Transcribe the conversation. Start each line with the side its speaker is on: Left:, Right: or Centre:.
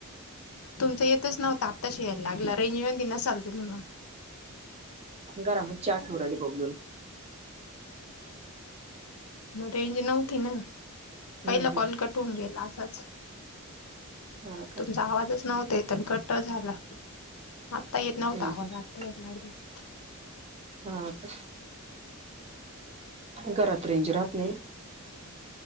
Left: तुमच येतच नव्हता आता श यायला लागलं रेंज मध्ये नसाल तुम्ही मग
Right: घरामध्ये ट उरली बघलून
Left: रेज नव्हती ना? पहिला
Right: हम्म हम्म
Left: कॉल कटवून गेला असाच
Right: हा का
Left: तुमचा आवाजच नव्हता कट झालं आता येत नव्हता
Right: हम्म
Left: आवाज
Right: हम्म
Left: आता यायला लागलाय
Right: हा का घरात रेंज राहात नाही